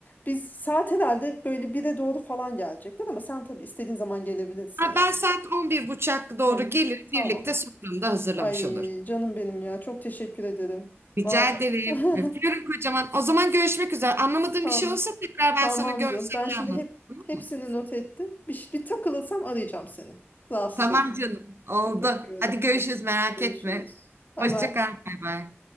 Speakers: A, on the left; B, on the right.
A: Biz saat herhalde böyle bire doğru falan gelecekler ama sen tabii istediğin zaman gelebilirsin
B: Ha,
A: yani.
B: ben saat 11 buçuk doğru
A: Hı,
B: gelirim.
A: tamam.
B: Birlikte sofranı da hazırlamış
A: Ay
B: olur.
A: canım benim ya. Çok teşekkür ederim.
B: Rica
A: Vallahi.
B: ederim. Öpüyorum
A: <laughs>
B: kocaman. O zaman görüşmek üzere. Anlamadığın
A: Tamam.
B: bir şey olsa tekrar
A: Tamamdır.
B: ben sana görselini
A: Ben şimdi
B: anlatırım.
A: hep
B: olur
A: hepsini
B: mu?
A: not ettim. Bir, ş- bir takılırsam arayacağım seni. Rahatsız
B: Tamam
A: ederim.
B: canım. Oldu.
A: Çok öpüyorum.
B: Hadi görüşürüz merak
A: Görüşürüz.
B: etme.
A: Bay
B: Hoşça
A: bay.
B: kal. Bay bay.